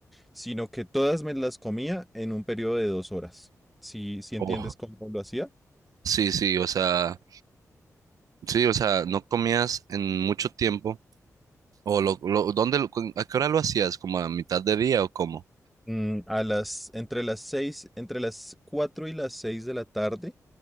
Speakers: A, in the centre; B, on the right.
A: sino que todas me las comía en un periodo de dos horas. Si, si entiendes
B: Oh.
A: cómo lo hacía.
B: Sí, sí, o sea, Sí, o sea, no comías en mucho tiempo. O lo, lo- ¿dónde, lo- cu- a qué hora lo hacías? ¿Como a mitad de día o cómo?
A: Mm, a las, entre las seis, entre las cuatro y las seis de la tarde,